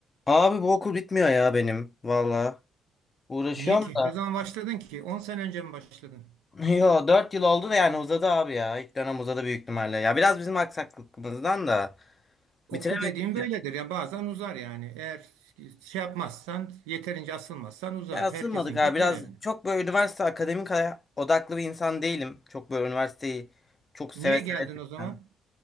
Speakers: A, on the left; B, on the right.
A: Abi bu okul bitmiyor ya benim. Valla. Uğraşıyorum
B: Niye ki?
A: da.
B: Ne zaman başladın ki? 10 sene önce mi başladın?
A: <laughs> Yo 4 yıl oldu da yani uzadı abi ya. İlk dönem uzadı büyük ihtimalle. Ya biraz bizim aksaklıkımızdan da
B: Okul
A: bitiremedik
B: dediğim
A: de.
B: böyledir. yani bazen uzar yani. Eğer şey yapmazsan, yeterince asılmazsan uzar.
A: Ya ısınmadık
B: Herkesinki
A: abi biraz.
B: uzuyor yani.
A: Çok böyle üniversite akademik haya- odaklı bir insan değilim. Çok böyle üniversiteyi çok seve
B: Niye geldin
A: seve gittim.
B: o zaman?